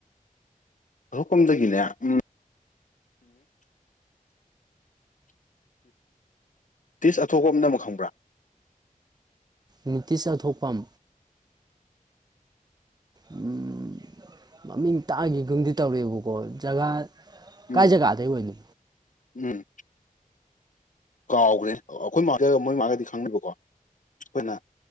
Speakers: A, on the left (about 65°); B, on the right (about 30°).
A: ꯊꯣꯛ ꯀꯝꯗꯒꯤꯅꯦ ꯎꯝ ꯇꯤꯁ ꯑꯊꯣꯄ ꯑꯃꯝ ꯑꯃ ꯈꯪꯕ꯭ꯔꯥ
B: ꯅꯤꯇ ꯑꯊꯣꯛꯄꯝ ꯎꯝ ꯃꯃꯤꯡ ꯇꯥꯈꯤꯒꯨꯝꯗꯤ ꯇꯧꯔꯛꯦꯕꯀꯣ ꯖꯒꯥ ꯀꯥꯏ
A: ꯎꯝ
B: ꯖꯒꯥꯗ ꯑꯣꯏꯅꯣ
A: ꯎꯝ ꯀꯥꯎꯈ꯭ꯔꯦ ꯑꯩꯈꯣꯏ ꯃꯥ ꯃꯣꯏ ꯃꯥꯒꯗꯤ ꯈꯪꯅꯤꯕꯀꯣ ꯑꯩꯈꯣꯏꯅ